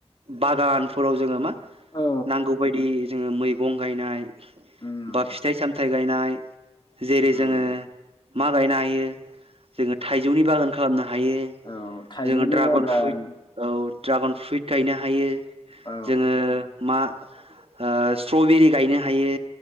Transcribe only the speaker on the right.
बागानफोराव जोङो मा नांगौ
बायदि जोङो मैगं गायनाय
बा फिथाइ सामथायाइ गायनाय जेरै
जोङो मा गायनो हायो जोङो थाइजौनि बागान खालामनो हायो हायो
जोङो ड्रागन
फ्रुइट औ ड्रागन फ्रुइट गायनो हायो
जोङो मा ओ स्ट्रबेरि गायनो हायो